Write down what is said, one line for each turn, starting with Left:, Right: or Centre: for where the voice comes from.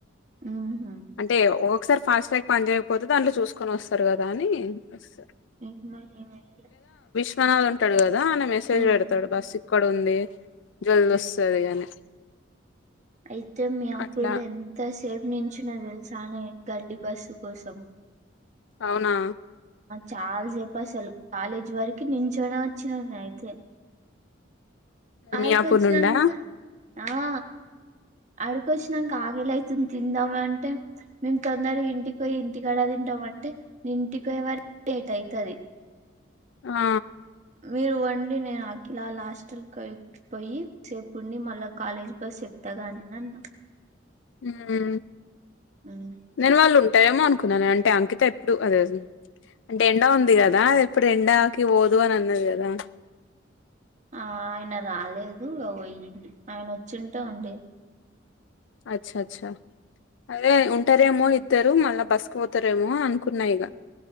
Right: ఆ! హుహు.
Left: అంటే ఓ ఒకసారి ఫాస్ట్ ట్రాక్ పని చేయకపోతే దాంట్లో చూకొని వస్తారు కదా అని వస్తారు
Right: <inaudible>
Left: జనాలు ఉంటారు కదా అని మెసేజ్
Right: ఉమ్
Left: పెడతాడు బస్ ఇక్కడ ఉంది జల్ది
Right: ఉమ్.
Left: వస్తుంది అని
Right: అయితే మియాపూర్
Left: అట్లా
Right: ఎంత సేఫ్ నించున్నా తెలుసానే గడ్డి బస్సు కోసం
Left: అవునా
Right: చాలాసేపు అసలు కాలేజీ వరకి నించోనే వచ్చినా నేను అయితే ఆడికి
Left: మియాపూర్
Right: వచ్చినంక
Left: నుండా
Right: ఆ అడికొచ్చినాంక ఆకలి అయితంది తిందామ అంటే మేము తొందర ఇంటికి పోయి ఇంటికాడా ఉంటావ్ అంటే నేను ఇంటికి పోయే వరకు ఎయిట్ అయతది
Left: ఆ
Right: మీరు పొండి నేను అఖిల వాళ్ళ హాస్టల్ కలిసిపోయి కాసేపు ఉండి మళ్ళా కాలేజ్ బస్ ఎక్కుతా గాని అని అన్నా
Left: ఊ
Right: ఉమ్.
Left: నేను వాళ్ళు ఏమో అనుకున్నాను అంటే అంకిత ఎప్పుడు అదే అంటే ఎండ ఉంది కదా ఎప్పుడు ఎండాకి పోదు అని అన్నది కదా
Right: ఆ ఆయన రాలేదు పోయింది ఆయన వచ్చింటే ఉండేది
Left: అచ్చ అచ్చా అదే ఉంటారు ఏమో వత్తారు మళ్ళా బస్ కు పోతారు ఏమో అనుకున్నా ఇగా